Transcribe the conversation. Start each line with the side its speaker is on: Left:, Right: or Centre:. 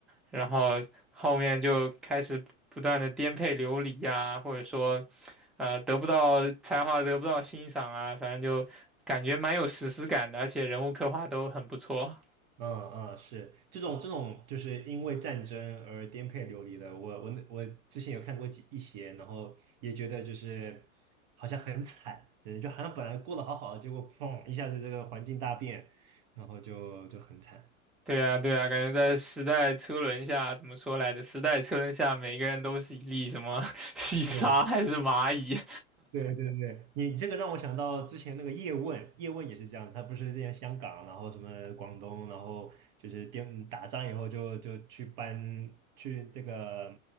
Centre: 然后后面就开始不断的颠沛流离呀，或者说呃得不到才华得不到欣赏啊，反正就感觉蛮有史诗感的，而且人物刻画都很不错。
Right: 嗯嗯是，这种这种就是因为战争而颠沛流离的，我我我之前有看过几一些，然后也觉得就是好像很惨，对，就好像本来过得好好的，结果砰一下子这个环境大变，然后就就很惨。
Centre: 对呀对呀，感觉在时代车轮下，怎么说来着？时代车轮下，每个人都是一粒什么 <laughs> 细沙还是蚂蚁？
Right: 对对对对，你这个让我想到之前那个叶问，叶问也是这样，他不是之前香港，然后什么广东，然后就是电嗯打仗以后就就去搬去这个